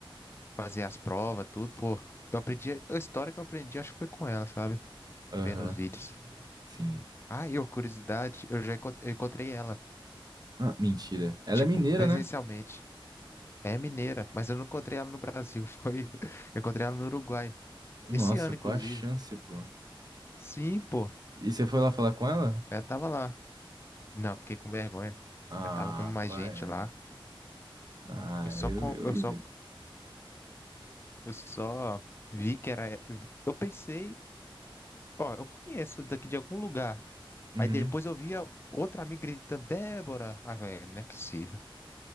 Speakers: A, on the left; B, on the right.
A: fazer as provas, tudo, pô. Eu aprendi, a história que eu aprendi, acho que foi com ela, sabe?
B: Aham.
A: Vendo os vídeos.
B: Sim.
A: Ah, e a curiosidade, eu já encont- eu encontrei ela,
B: Ah, mentira. Ela
A: tipo,
B: é mineira,
A: presencialmente.
B: né?
A: É mineira, mas eu não encontrei ela no Brasil, <laughs> foi. Eu encontrei ela no Uruguai.
B: Nossa,
A: Esse ano,
B: qual
A: inclusive.
B: a chance, pô?
A: Sim, pô.
B: E você foi lá falar com ela?
A: Ela tava lá. Não, fiquei com vergonha.
B: Ah,
A: Ela tava com mais
B: qual
A: gente
B: é?
A: lá.
B: Ah,
A: Eu só,
B: eu,
A: com...
B: eu
A: eu
B: ia.
A: só, eu só vi que era. Eu pensei, ó, eu conheço daqui de algum lugar.
B: Uhum.
A: Aí depois eu via outra amiga gritando, Débora. Ah, velho, não é possível.